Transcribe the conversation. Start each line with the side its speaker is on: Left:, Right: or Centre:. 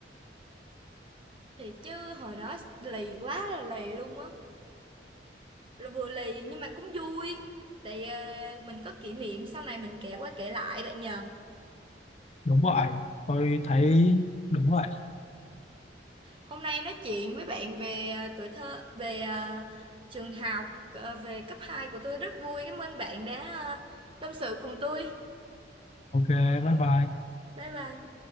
Right: thì chứ hồi đó lì quá là lì luôn á Rồi vừa lì nhưng mà cũng vui tại à, mình có kỷ niệm sau này mình kể qua kể lại bạn nhờ
Left: đúng vậy tôi thấy đúng vậy
Right: Hôm nay nói chuyện với bạn về à, tuổi thơ, về à, trường học, à, về cấp 2 của tôi rất vui. Cảm ơn bạn đã à, tâm sự cùng tôi.
Left: ok bye bye
Right: Bye bye.